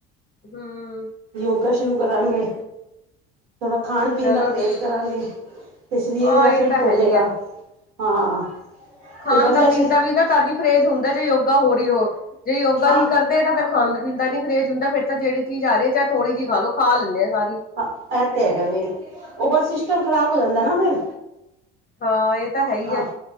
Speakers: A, on the left (about 30°); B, on the right (about 80°).
A: ਹਮ
B: ਯੋਗਾ ਸ਼ੁਰੂ ਕਰਾਂਗੇ। ਥੋੜ੍ਹਾ ਖਾਣ-ਪੀਣ
A: ਚਲੋ
B: ਦਾ ਪਰਹੇਜ਼
A: ਠੀਕ
B: ਕਰਾਂਗੇ ਤੇ, ਸ਼ਰੀਰ
A: ਹਾਂ
B: ਜਰਾ
A: ਇਹ
B: ਫਿਟ
A: ਤਾਂ ਹੈ
B: ਹੋ ਜੇਗਾ।
A: ਹੀ ਹੈ
B: ਹਾਂ।
A: ਖਾਣ
B: ਤੇ ਬਸ
A: ਦਾ,
B: ਐਸੇ
A: ਪੀਣ ਦਾਵੀ ਨਾ ਤਦੀ ਪਰਹੇਜ਼ ਹੁੰਦਾ ਜੇ ਯੋਗਾ ਹੋ ਰਹੀ ਹੋ। ਜੇ ਯੋਗਾ
B: ਹਾਂ
A: ਨਹੀ ਕਰਦੇ ਤਾਂ ਫੇਰ ਖਾਣ ਦਾ ਇਦਾ ਨੀ ਪਰਹੇਜ ਹੁੰਦਾ ਫਿਰ ਤਾਂ, ਜਿਹੜੀ ਚੀਜ਼ ਆ ਰਹੀ ਥੋੜੀ ਜਿਹੀ ਖਾਲੋ ਖਾ ਲੈਂਨੇ ਹਾ ਸਾਰੇ।
B: ਹੰ, ਐ, ਤੇ ਹੈਗਾ ਵੇ, ਉਹ ਬਸ ਸਿਸਟਮ ਖ਼ਰਾਬ ਹੋ ਜਾਂਦਾ ਨਾ ਫਿਰ।
A: ਹਾਂ ਇਹ ਤਾਂ ਹੈ ਹੀ
B: ਹਾਂ,
A: ਹੈ